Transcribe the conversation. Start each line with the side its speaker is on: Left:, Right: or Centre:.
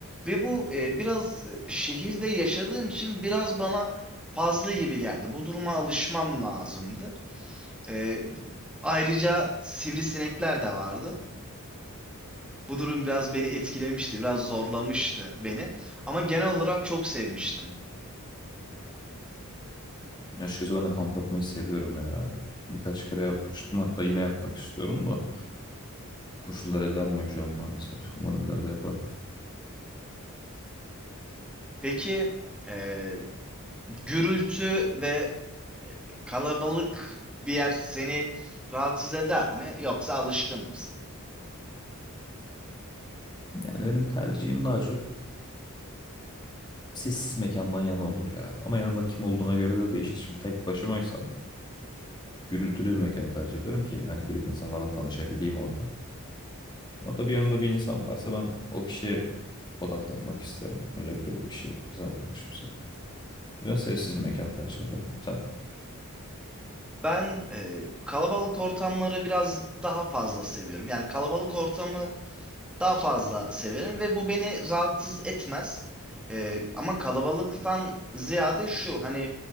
Centre: Ve bu e, biraz e, şehirde yaşadığım için biraz bana fazla gibi geldi. Bu duruma alışmam lazımdı. E, ayrıca sivrisinekler de vardı. Bu durum biraz beni etkilemişti, biraz zorlamıştı beni. Ama genel olarak çok sevmiştim.
Left: Açıkçası ben de kamp yapmayı seviyorum ya. Birkaç kere yapmıştım hatta yine yapmak istiyorum da koşullar el vermiyor şu an maalesef. Umarım ileride yaparım.
Centre: Peki... Ee, gürültü ve e, kalabalık bir yer seni rahatsız eder mi yoksa alışkın mısın?
Left: Yani benim tercihim daha çok sessiz mekandan yana olur ya. Ama yanımda kim olduğuna göre de değişir. Şimdi tek başımaysam gürültülü bir mekan tercih ederim ki hani girip insanlarla tanışabileyim orada. Ama tabii yanımda bir insan varsa ben o kişiye odaklanmak isterim. Özellikle bu kişi kız arkadaşımsa. O yüzden sessiz mekan tercih ederim. Sen?
Centre: Ben e, kalabalık ortamları biraz daha fazla seviyorum. Yani kalabalık ortamı daha fazla severim ve bu beni rahatsız etmez. E, ama kalabalıktan ziyade şu hani